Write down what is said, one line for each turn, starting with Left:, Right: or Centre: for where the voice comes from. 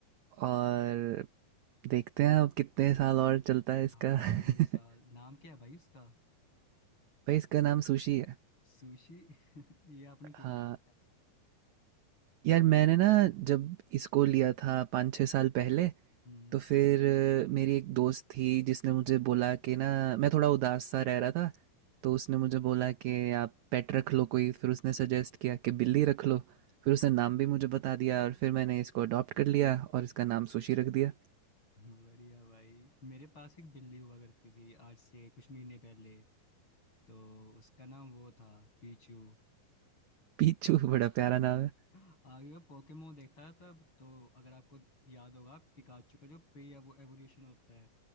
Right: और देखते हैं अब कितने साल और चलता है इसका
Left: आठ नौ साल
Right: <laughs>
Left: नाम क्या है भाई उसका
Right: भाई इसका नाम सुशी है
Left: सुशी <laughs> ये आपने क्यों
Right: हाँ
Left: नाम रखा है उसका
Right: यार मैंने ना जब इसको लिया था पाँच छः साल पहले
Left: हम्म
Right: तो फिर अ, मेरी एक दोस्त थी जिसने मुझे बोला कि ना मैं थोड़ा उदास सा रह रहा था तो उसने मुझे बोला कि आप पेट रख लो कोई फिर उसने सजेस्ट किया कि बिल्ली रख लो फिर उसने नाम भी मुझे बता दिया और फिर मैंने इसको अडॉप्ट कर लिया और इसका नाम सुशी रख दिया
Left: बढ़िया भाई मेरे पास एक बिल्ली हुआ करती थी आज से कुछ महीने पहले तो उसका नाम वो था पीचू
Right: पीचू
Left: पर
Right: <laughs>
Left: <laughs>
Right: बड़ा प्यारा नाम है
Left: आगे मैं पोकेमोन देखता था तब तो अगर आपको याद होगा पिकाचू का जो प्री एवोल्यूशन होता है